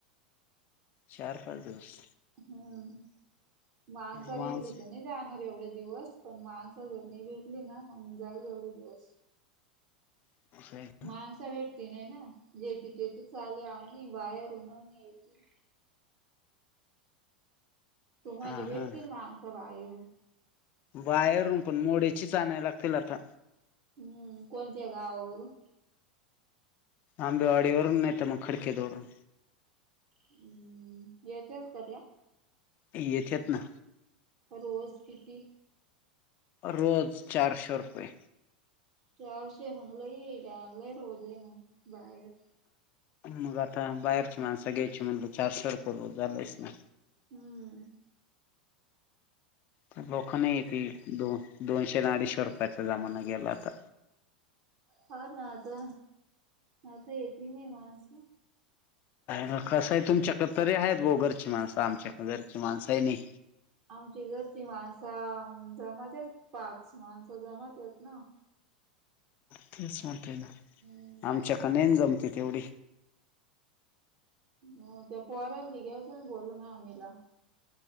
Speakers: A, on the left; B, on the right.
A: चार पाच दिवस.
B: हम माणसे
A: माणस
B: भेटली की नाही जाणार एवढा दिवस पण माणस जर नाही भेटली ना मग जाईल एवढा दिवस.
A: <unintelligible>
B: माणस भेटती नाही ना जेथ तेथे चालू आ <unintelligible> बाहेर उनव येेते तुम्हाला
A: हा
B: भेटतील
A: हा
B: ना माणसं बाहेरून.
A: बाहेरून पण मोड्याचीच आणायला लागतील आता.
B: हम्म कोणत्या गावावरून?
A: आंबेवाडीवरून नाहीतर मग खडके वरून.
B: हम्म येत्याय का त्या?
A: येत्यात ना.
B: रोज किती
A: रोज चारशे रुपये.
B: चारशे आहे मंग <unintelligible> ला गला रोज ये मंग बाहेर.
A: मग आता बाहेरची माणस घ्यायची म्हण चारशेर पूर्व झालंस ना.
B: हम्म.
A: तर लोकं नाही येतील दोन दोनशे अडीचशे रुपयाचा जमाना गेला आता.
B: हा ना आता आता येती नाही माणसं.
A: ना कसं आहे तुमच्याकडे तरी आहेत ग घरची माणसं आमच्याक घरची माणसं ही नाही.
B: आमची घरची माणसं जमात आहेत पाच माणसं जमात आहेत ना.
A: तेच म्हणतोय ना.
B: हम् <unintelligible>
A: आमच्याक नाही जमते तेवढी.
B: हम ते पोरगं सांग बोलून आवनीला.